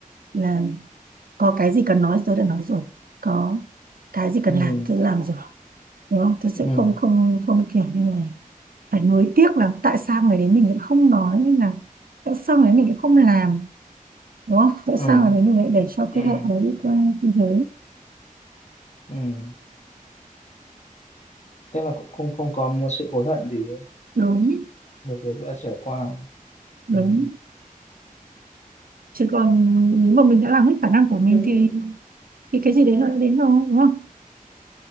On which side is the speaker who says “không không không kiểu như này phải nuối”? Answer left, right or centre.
Right